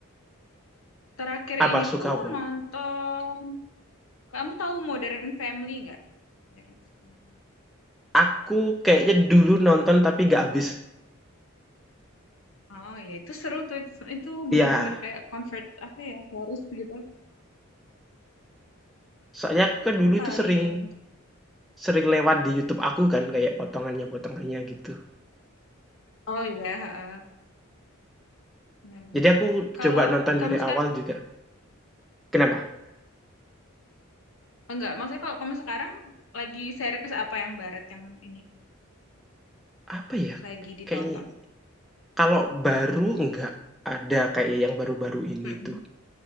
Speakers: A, on the left; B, in the centre.
A: Terakhir
B: apa
A: ini
B: suka
A: tuh
B: apa?
A: nonton, kamu tahu Modern Family nggak? Modern Family.
B: Aku kayaknya dulu nonton tapi nggak habis.
A: Oh ya itu seru tuh, itu, itu
B: Iya,
A: bener-bener kayak convert apa ya, harus gitu.
B: soalnya
A: Itu
B: aku kan dulu
A: paling,
B: itu sering sering lewat di YouTube aku kan kayak potongannya-potongannya gitu.
A: oh ya heeh. benar-benar.
B: Jadi aku
A: Kalau
B: coba nonton
A: kamu
B: dari
A: sekarang,
B: awal juga. Kenapa?
A: enggak, maksudnya kalau kamu sekarang lagi series apa yang barat yang ini,
B: Apa ya,
A: lagi ditonton?
B: kayaknya kalau baru nggak ada kayak yang baru-baru ini
A: Mm-mm.
B: tuh.